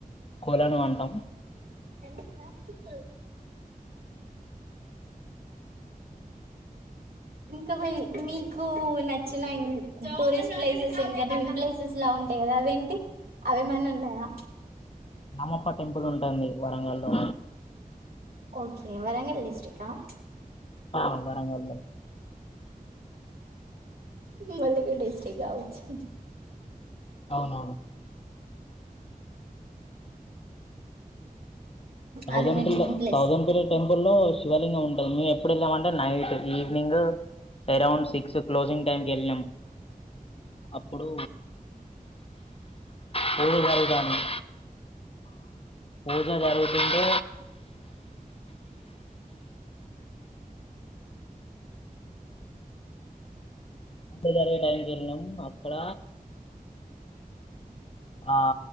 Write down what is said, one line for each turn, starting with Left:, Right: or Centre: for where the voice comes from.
Left: కొలను అంటాం
Right: అండి ఇంకా మీ మీకు నచ్చిన ఇం టూరిస్ట్ ప్లేసెస్ ఇంకా డ్రీన్ ప్లేసెస్ లా ఉంటాయ్ కద్ అదేంటి అవేమన్న ఉన్నాయా
Left: రామప్ప టెంపుల్ ఉంటుంది వరంగల్లో
Right: ఓకే వరంగల్ డిస్టిక్ట్ క
Left: ఆ వరంగల్లో
Right: ములుగు డిస్టక్ కావచ్చు
Left: అవునవును థౌజడ్
Right: అది మీ
Left: pillar
Right: dream place
Left: thousand pillar temple లో శివలింగం ఉంటది మేము ఎప్పుడు వెళ్ళామంటే night evening around six closing టైంకి వెళ్ళినాము అప్పుడు పూజ జరుగుతాంది పూజ జరుగుతుంటే పూజ జరిగే టైంకకేళ్ళినాము అక్కడ ఆ